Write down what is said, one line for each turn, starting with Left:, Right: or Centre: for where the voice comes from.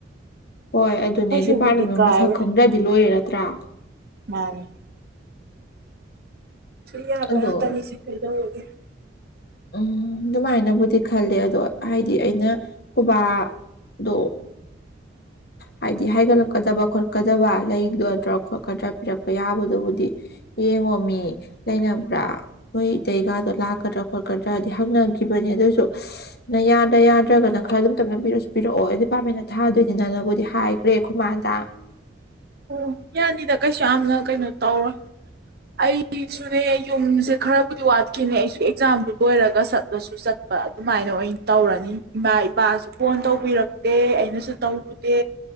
Left: ꯍꯣꯏ ꯑꯗꯨꯅꯦ
Right: ꯀꯩꯁꯨꯕꯨꯗꯤ
Left: ꯗꯤꯄꯥꯔꯠꯃꯦꯟ ꯃꯅꯨꯡꯗ
Right: ꯀꯥꯏꯔꯣꯏ
Left: ꯁꯛ ꯈꯪꯗ꯭ꯔꯗꯤ ꯂꯣꯏꯔꯦ ꯅꯠꯇ꯭ꯔꯥ
Right: ꯃꯥꯝ ꯁ ꯌꯥꯕ
Left: ꯑꯗꯣ
Right: ꯋꯥ ꯇꯅꯤꯁꯤꯦ ꯐꯂꯒꯦ
Left: ꯎꯝ ꯑꯗꯨꯃꯥꯏꯅꯕꯨꯗꯤ ꯈꯜꯂꯦ ꯑꯗꯣ ꯍꯥꯏꯗꯤ ꯑꯩꯅ ꯈꯨꯕꯥ ꯗꯣ ꯍꯥꯏꯗꯤ ꯍꯥꯏꯒꯠꯂꯛꯀꯗꯕ ꯈꯣꯠꯀꯗꯕ ꯂꯩꯒꯗ꯭ꯔꯥ ꯈꯣꯠꯀꯗ꯭ꯔꯥ ꯄꯤꯔꯛꯄ ꯌꯥꯕꯗꯨꯕꯨꯗꯤ ꯌꯦꯡꯉꯣ ꯃꯤ ꯂꯩꯅꯕ꯭ꯔꯥ ꯅꯣꯏ ꯏꯇꯩꯒꯥꯗꯣ ꯂꯥꯛꯀꯗ꯭ꯔꯥ ꯈꯣꯠ ꯀꯗ꯭ꯔꯗꯤ ꯍꯪꯅꯈꯤꯕꯅꯤ ꯑꯗꯨꯁꯨ ꯅ ꯌꯥꯗ꯭ꯔ ꯌꯥꯗ꯭ꯔꯒꯅ ꯈꯔ ꯑꯗꯨꯝ ꯇꯞꯅ ꯄꯤꯔꯁꯨ ꯄꯤꯔꯛꯑꯣ ꯗꯤꯄꯥꯔꯠꯃꯦꯟꯅ ꯊꯥꯗꯣꯏꯅꯤꯅꯅꯕꯨꯗꯤ ꯍꯥꯏ ꯔꯦ ꯑꯈꯨꯃꯥꯗ
Right: ꯑꯣ ꯌꯥꯅꯤꯗ ꯀꯩꯁꯨ ꯌꯥꯝꯅ ꯀꯩꯅꯣ ꯇꯧꯔꯣꯏ ꯑꯩꯁꯨꯅꯦ ꯌꯨꯝꯁꯦ ꯈꯔꯕꯨꯗꯤ ꯋꯥꯠꯈꯤꯅꯦ ꯑꯩꯁꯨ ꯑꯦꯛꯖꯥꯝꯗꯨ ꯂꯣꯏꯔꯒ ꯆꯠꯂꯁꯨ ꯆꯠ ꯑꯗꯨꯃꯥꯏꯅ ꯑꯣꯏꯅ ꯇꯧꯔꯅꯤ ꯏꯃꯥ ꯏꯄꯥꯁꯨ ꯐꯣꯟ ꯇꯧꯕꯤꯔꯛꯇꯦ ꯑꯩꯅꯁꯨ ꯇꯧꯔꯨꯗꯦ